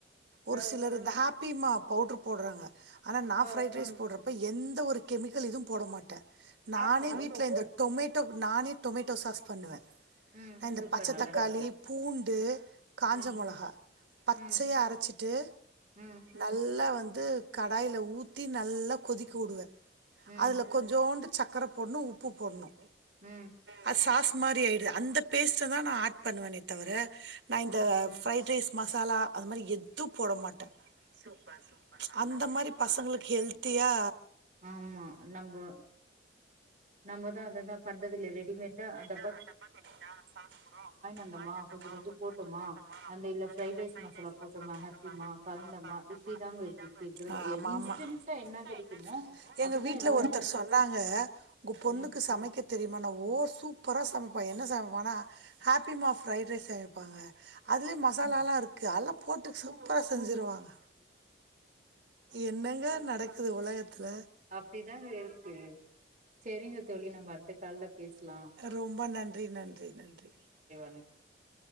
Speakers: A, on the right; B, on the right.
A: ஒரு
B: ஆ
A: சிலர் இந்த ஹாப்பிமா பவுடர் போட்றாங்க ஆனா நா
B: ஆ
A: ஃப்ரைட் ரைஸ் போட்றப்ப எந்த ஒரு கெமிக்கல் இதுவு போடமாட்ட நானே
B: ஆமாங்கோ
A: வீட்ல இந்த டொமேட் டோ நானே டொமேட்டோ சாஸ் பண்ணுவ
B: ம்
A: நா இந்த
B: சூப்பர்
A: பச்ச
B: நல்ல
A: தக்காளி
B: விஷயம்
A: பூண்டு காஞ்ச
B: ம்
A: மொளகா பச்சையா
B: ம்
A: அரச்சிட்டு
B: ம்
A: நல்லா வந் வந்து கடாயில ஊத்தி நல்லா கொதிக்கவுடுவே
B: ம்
A: அதுல கொஞ்சோண்டு சக்கர போட்ணு உப்பு போட்ணு
B: ம்
A: ஆ சாஸ் மாரியாயிடுது அந்த பேஸ்ட்டதா நா ஆட் பண்ணுவேனே தவர நா இந்த
B: ம்
A: ஃப்ரைட் ரைஸ் மசாலா அதுமாரி எதுப் போட மாட்ட சூப்பர் சூப்பர் அந்த மாரி பசங்களுக்கு ஹெல்த்தியா
B: ஆமா நம்போ நம்பதா அததா பண்றதுல்ல ரெடிமேடா அத
A: தா அததா செஞ்சா சாப்புட்றோ
B: வந்தமா
A: வாங்கிட்டு வந்தோமா
B: கொஞ்சோ கொஞ்சோ
A: கொஞ்ச கொஞ்ச போட்டோமா
B: அந்த இல்ல
A: அந்தந்த
B: ஃப்ரைட் ரைஸ்
A: சைடிஸ் மசாலா போட்டோமா
B: ஹாப்பிமா
A: ஹபிமா
B: கலந்தமா
A: கலந்தோமா
B: இப்டிதாங்க
A: இப்படி
B: இருக்கு
A: தாங்க
B: இப்ப
A: இருக்
B: இருக்கிறது
A: ஆமா
B: எ இன்ஸ்டன்டா
A: ஆமா இன்ஸ்டென்ட்டா
B: என்ன கெடைக்குமோ அதுதா
A: எங்க வீட்டுல
B: எல்லாமே
A: ஒருத்தர் சொன்னாங்க உங்க பொண்ணுக்கு
B: ம்
A: சமைக்க தெரியுமானா ஓசு புர சமைப்பான் என்ன சமைப்பனா ஹாப்பிம்மா ஃப்ரைட் ரைஸ் சமைப்பாங்க அதுலயே மசாலா எல்லாம் இருக்கு அதல்லாம் போட்டு சூப்பரா செஞ்சிருவாங்க என்னங்க
B: அ
A: நடக்குது உலகத்துல
B: அப்டிதாங்க இருக்கு செரிங்க தோழி நம்ம அடுத்த கால்ல பேசலா
A: ரொம்ப நன்றி நன்றி நன்றி.
B: <inaudible>